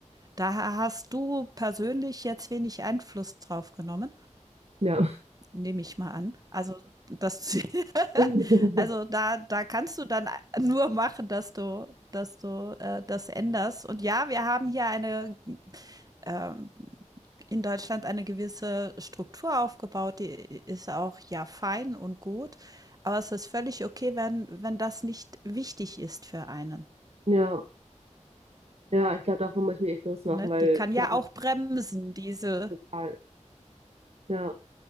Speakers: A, on the right; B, on the right.
A: da hast du persönlich jetzt wenig Einfluss drauf genommen,
B: Ja.
A: nehme ich mal an. Also das, <laughs>
B: <laughs>
A: also da, da kannst du dann nur machen, dass du, dass du äh, das änderst. Und ja, wir haben hier eine ähm, in Deutschland eine gewisse Struktur aufgebaut, die ist auch ja fein und gut, aber es ist völlig okay, wenn, wenn das nicht wichtig ist für einen.
B: Ja, ja, ich glaube, davon muss ich mich echt losmachen,
A: Ne?
B: weil
A: Die kann
B: klar,
A: ja
B: ich
A: auch bremsen, diese,
B: total, ja.